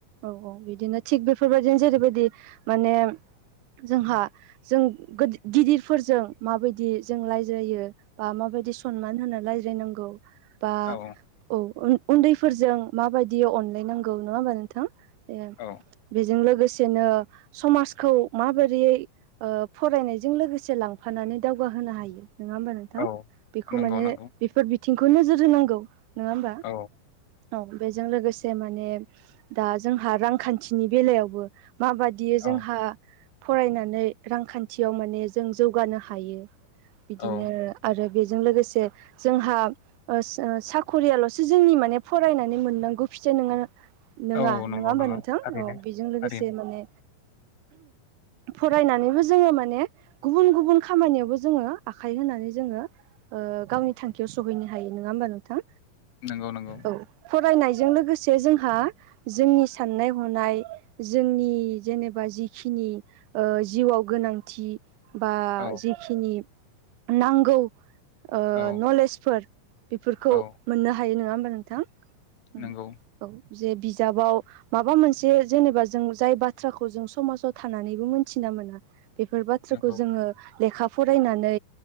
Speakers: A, on the right; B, on the left.
A: औ औ बिदिनो थिग बेफोरबायदिनो जेरैबायदि माने जोंहा जों गोदि गिदिरफोरजों माबायदि जों लायज्रायो बा माबायदि सनमान होनो रायज्रायनांगौ बा
B: औ
A: औ ओम उन्दैफोरजों माबायदि अनलायनांगौ नङा होमबा नोंथां ओ?
B: औ
A: बेजों लोगोसेनो समाजखौ माबोरैयै ओ फरायनायजों लोगोसे लांफानानै दावगाहोनो हायो नङा होमबा नोंथां
B: औ
A: बेखौ
B: औ नंगौ
A: माने
B: नंगौ
A: बेफोर बिथिंखौ नोजोर होनांगौ नङा होमबा
B: औ
A: औ बेजों लोगोसे माने दा जोंहा रांखान्थिनि बेलायावबो माबायदि बि
B: औ
A: जोंहा फरायनानै रांखान्थियाव माने जों जौगानो हायो बिदिनो
B: औ
A: आरो बेजों लोगोसे जोंहा साखरियाल'सो जोंनि माने फरायनानै मोननांगौ फिथाइ नङा नोङा
B: औ नंगौ
A: नङा होमबा
B: नंगौ
A: नोंथां
B: थारैनो
A: औ बेजों लोगोसे
B: थारैनो
A: माने फरायनानैबो जोङो माने गुबुन गुबुन खामानियावबो जोङो आखाइ होनानै जोङो ओ गावनि थांखियाव सहैनो हायो नङा होमबा नोंथां
B: नंगौ नंगौ
A: औ फरायनायजों लोगोसे जोंहा जोंनि साननाय हनाय जोंनि जेनेबा जिखिनि ओ जिउआव गोनांथि बा
B: औ
A: जिखिनि नांगौ ओ
B: औ
A: नलेजफोर बेफोरखौ
B: औ
A: मोननो हायो नङा होमबा नोंथां? उम
B: नंगौ
A: औ जे बिजाबाव माबा मोनसे जेनेबा जों जाय बाथ्राखौ जों समाजाव थानानैबो मोन्थिना मोना बेफोर बाथ्राखौ
B: नंगौ
A: जोङो लेखा फरायनानै